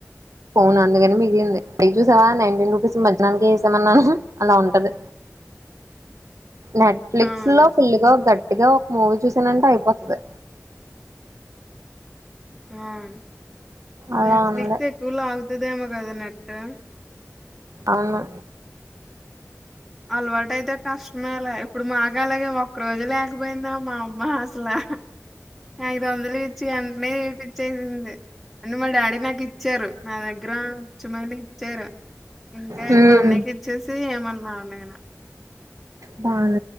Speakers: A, on the right; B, in the centre.
A: ఫోన్ అందుకని మిగిలింది పైక్ చూసావా నైన్టీన్ రూపీస్ మధ్యానానికి వేసామన్నాను అలా ఉంటది నెట్ఫ్లిక్స్
B: అవును.
A: లో ఫుల్ గా గట్ గట్టిగా ఒక మూవీ చూసానంటే అయిపోతది
B: ఉమ్
A: అలా
B: నెట్ఫ్లిక్స్
A: ఉంది
B: ఎక్కువ లాగ్ సుదేమో కద నెట్
A: అవును
B: అలవాటయితే కష్టమేలే ఇప్పుడు మాక్ అలాగే ఒక్క రోజు లేకపోయిందా మా అమ్మ అసలు అది వందల రచి అంత మ పదింది అని మా డాడీ నాకు ఇచ్చారు నా దగ్గర చుమాలి ఇచ్చార ఇంకా
A: హ్మ్
B: మా అన్నయ్యకి ఇచ్చేసి ఏమన్నా మా అన్నానా
A: బాన్